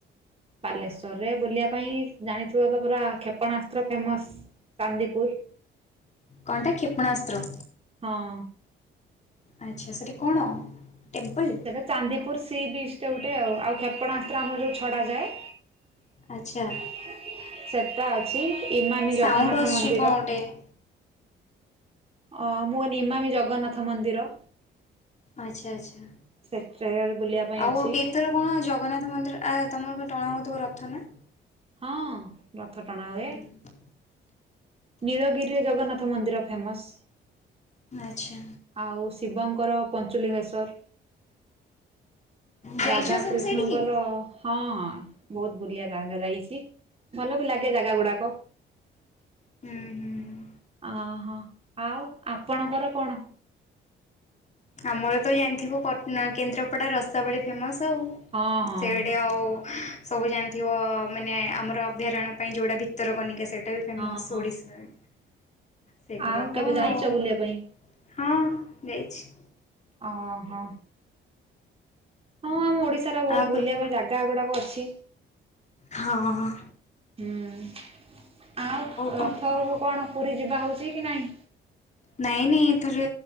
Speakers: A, on the right; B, on the left.
A: ବାଲେଶ୍ଵରରେ ବୁଲିବା ପାଇଁ ଜାଣିଥିବ ତ ପୁରା କ୍ଷେପଣାସ୍ତ୍ର ଫେମସ। ଚାନ୍ଦିପୁର।
B: କଣଟା? କ୍ଷେପଣାସ୍ତ୍ର।
A: ହଁ।
B: ଆଚ୍ଛା ସେଠି କଣ ଟେମ୍ପଲ୍?
A: ସେଇଟା ଚାନ୍ଦିପୁର ସି ବିଚ୍ ଟେ ଗୋଟେ ଆଉ ଆଉ କ୍ଷେପଣାସ୍ତ୍ର ଆମର ଯେଉଁ ଛଡ଼ାଯାଏ।
B: ଆଚ୍ଛା।
A: <unintelligible> ସେଟା ଅଛି ଇମାମୀ ଜଗନ୍ନାଥ
B: ସାଉଣ୍ଡ ଆସୁଛି
A: ମନ୍ଦିର।
B: କଣ ଗୋଟେ?
A: ଅ ମୁଁ କାଇଲି ଇମାମୀ ଜଗନ୍ନାଥ ମନ୍ଦିର।
B: ଆଚ୍ଛା ଆଚ୍ଛା
A: ସେଠା ବୁଲିବା ପାଇଁ
B: ଆଉ
A: ଅଛି
B: ଏଇଥିରୁ କଣ ଜଗନ୍ନାଥ ମନ୍ଦିର? ଆ ତୁମର ଟଣା ହେଉଥିବ ରଥ ନା?
A: ହଁ ରଥ ଟଣା ହୁଏ।
B: ହୁଁ
A: ନୀଳଗିରିରେ ଜଗନ୍ନାଥ ମନ୍ଦିର ଫେମସ।
B: ଆଚ୍ଛା।
A: ଆଉ ଶିବଙ୍କର ପଞ୍ଚୁଲିଙ୍ଗେଶ୍ୱର।
B: ଯାଇଛ
A: ରାଧା
B: ସବୁ
A: କୃଷ୍ଣଙ୍କର
B: ସେଇଠିକି?
A: ହଁ ହଁ ବହୁତ ବୁଲିଆ ଜାଗା ଯାଇଛି ଭଲ ବି ଲାଗେ ଜାଗା ଗୁଡାକ।
B: ହୁଁ ହୁଁ।
A: ଅହୋ। ଆଉ ଆପଣଙ୍କର
B: ଆଉ
A: କଣ?
B: ଆମର ତ ଜାଣିଥିବ କେନ୍ଦ୍ରାପଡା ରସାବଳି ଫେମସ ଆଉ।
A: ହଁ ହଁ
B: ସେଡି ଆଉ ସବୁ ଜାଣିଥିବ ମାନେ ଆମର ଅଭୟାରଣ୍ୟ ପାଇଁ ଯେଉଁଟା ଭିତରକନିକା ସେଇଟା ବି ଫେମସ୍
A: ହଁ ହଁ
B: ଓଡ଼ିଶା। ସେଗୁଡାକ
A: ଆଉ କେବେ ଯାଇଛ
B: ଆଉ
A: ବୁଲିବା ପାଇଁ?
B: ହଁ ଯାଇଛି।
A: ଓହୋ। ହଁ ଆମ ଓଡିଶାର ବହୁତ
B: ଆଉ କଣ
A: ବୁଲିବା ପାଇଁ ଜାଗା ଗୁଡାକ ଅଛି।
B: ହଁ ହଁ ହଁ।
A: ହୁଁ ଆଉ
B: କଣ
A: ରଥ
B: କୁହ?
A: କଣ ପୁରୀ ଯିବା ହଉଛି କି ନାଇଁ?
B: ନାଇଁ ନାଇଁ ଏଥର